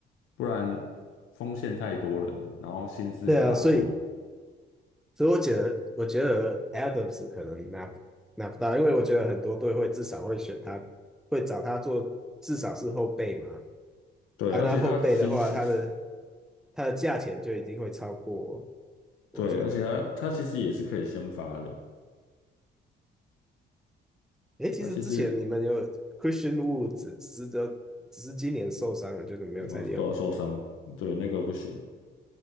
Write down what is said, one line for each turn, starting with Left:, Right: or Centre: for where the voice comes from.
Left: 不然锋线太多人，然后薪资卡住。
Centre: 对啊，所以所以我觉得，我觉得 Adams 可能拿不拿不到，因为我觉得很多队会至少会选他，会找他做至少是后备嘛。
Left: 对，
Centre: 按他后备的话，
Left: 而且他其实是是，
Centre: 他的他的价钱就一定会超过，我觉得。
Left: 对，而且他他其实也是可以先发的，
Centre: 诶，其实之前你们有
Left: 他其实
Centre: Christian Wood，s 只是只是今年受伤了，就是没有再用。
Left: 我都要受伤，对，那个不行。